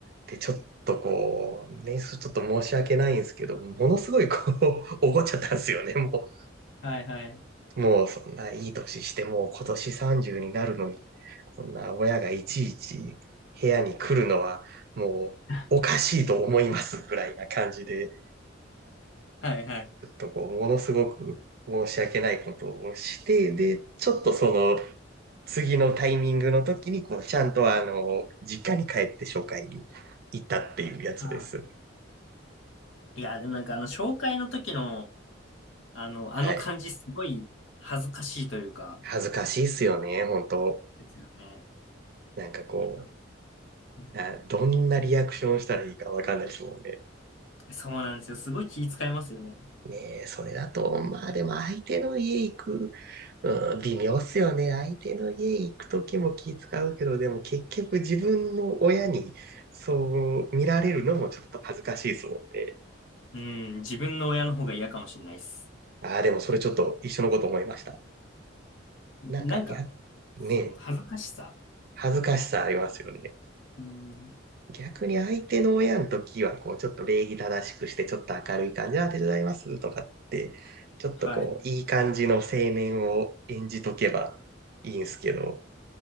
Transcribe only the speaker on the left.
はいはい。
<laughs> はいはい。
ああ。いや、でもなんかあの、紹介の時の、あの、
あの感じすごい恥ずかしいというか、
ですよね。
なんか、うん
そうなんですよ。すごい気遣いますよね。
うん、自分の親の方が嫌かもしれないです。
なんか、
そう、恥ずかしさ。
うん。
はい。